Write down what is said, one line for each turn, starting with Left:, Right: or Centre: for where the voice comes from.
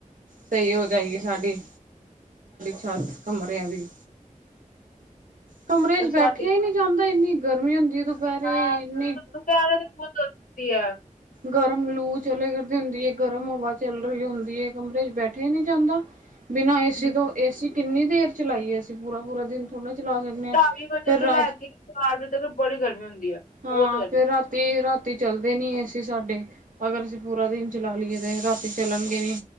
Right: ਸਹੀ ਹੋ ਜਾਏਗੀ ਸਾਡੀ ਛੱਤ ਕਮਰਿਆਂ ਦੀ ਕਮਰੇ
Left: ਪਰ
Right: ਚ,
Left: ਸਾਡੇ
Right: ਬੈਠਿਆ ਹੀ ਨਹੀਂ ਜਾਂਦਾ ਇੰਨੀ ਗਰਮੀ ਹੁੰਦੀ ਦੁਪਹਿਰੇ
Left: ਹਾਂ
Right: ਇਨ
Left: <unintelligible>
Right: ਗਰਮ ਲੂ ਚਲੇ ਕਰਦੀ ਹੁੰਦੀ ਹੈ ਗਰਮ ਹਵਾ ਚੱਲ ਰਹੀ ਹੁੰਦੀ ਹੈ ਕਮਰੇ ਚ ਬੈਠਿਆ ਨਹੀਂ ਜਾਂਦਾ ਬਿਨਾਂ ਏਸੀ
Left: ਹੂੰ
Right: ਤੋਂ ਏਸੀ ਕਿੰਨੀ ਦੇਰ ਚਲਾਈਏ ਅਸੀਂ ਪੂਰਾ ਪੂਰਾ ਦਿਨ ਥੋੜ੍ਹਾ ਚਲਾ ਸਕਦੇ ਹਾਂ
Left: ਢਾਈ ਵਜੇ
Right: ਫਿਰ
Left: ਤੋਂ
Right: ਰਾਤ
Left: ਲੈ ਕੇ ਚਾਰ ਵਜੇ ਤੱਕ ਬੜੀ ਗਰਮੀ ਹੁੰਦੀ ਹੈ
Right: ਹਾਂ
Left: ਬਹੁਤ ਗਰਮੀ
Right: ਫੇਰ ਰਾਤੀ ਰਾਤੀ ਚੱਲਦੇ ਨੀ ਏਸੀ ਸਾਡੇ ਅਗਰ ਅਸੀਂ ਪੂਰਾ ਦਿਨ ਚਲਾ ਲਈਏ ਤੇ ਰਾਤੀ ਚੱਲਣਗੇ ਨੀ